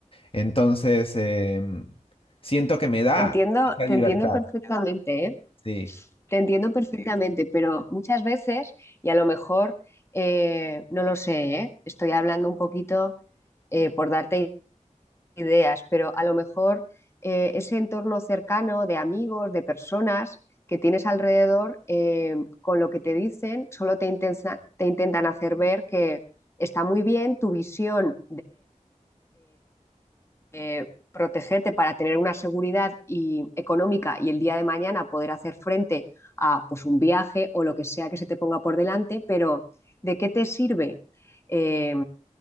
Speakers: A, on the left (about 45°); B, on the left (about 20°).
A: Entonces, em, siento que me da
B: Te entiendo,
A: esa
B: te
A: libertad.
B: entiendo perfectamente, ¿eh?
A: Sí,
B: Te entiendo Sí, perfectamente, pero muchas veces, y a lo mejor, eh, no lo sé, ¿eh? Estoy hablando un poquito eh, por darte ideas, pero a lo mejor eh, ese entorno cercano de amigos, de personas que tienes alrededor, eh, con lo que te dicen, solo te intensa- te intentan hacer ver que está muy bien tu visión eh, protegerte para tener una seguridad y- económica y el día de mañana poder hacer frente a pues, un viaje o lo que sea que se te ponga por delante, pero ¿de qué te sirve eh,